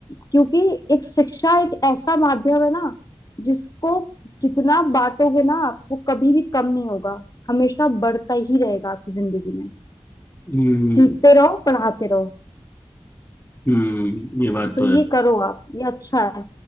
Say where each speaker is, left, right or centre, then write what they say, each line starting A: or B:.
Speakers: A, on the left; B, on the left.
A: क्योंकि एक शिक्षा एक ऐसा माध्यम है ना जिसको जितना बांटोगे ना आप वो कभी भी कम नहीं होगा हमेशा बढ़ता ही रहेगा आपकी जिंदगी में
B: हम्म
A: सीखते रहो पढ़ाते रहो
B: हम्म ये बात
A: तो
B: तो
A: ये
B: है
A: करो आप ये अच्छा है